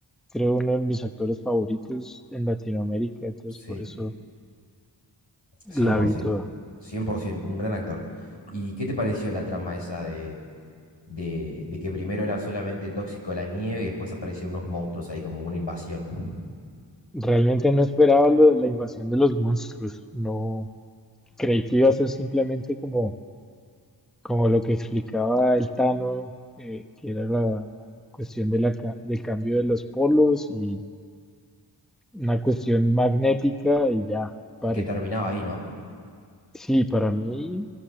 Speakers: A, in the centre; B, on the left.
A: creo, uno de mis actores favoritos en Latinoamérica, entonces
B: cien
A: por eso
B: cien
A: la
B: por
A: vi
B: ciento,
A: toda.
B: cien por 100%, un gran actor. ¿Y qué te pareció la trama esa de, de, de que primero era solamente tóxico la nieve y después aparecieron unos monstruos ahí como una invasión? Ujú.
A: Realmente no esperaba lo de la invasión de los monstruos, no creí que iba a ser simplemente como, como lo que explicaba el Tano, eh, que era la, la cuestión de la ca- del cambio de los polos y una cuestión magnética y ya, pare.
B: Y que terminaba ahí, ¿no?
A: Sí, para mí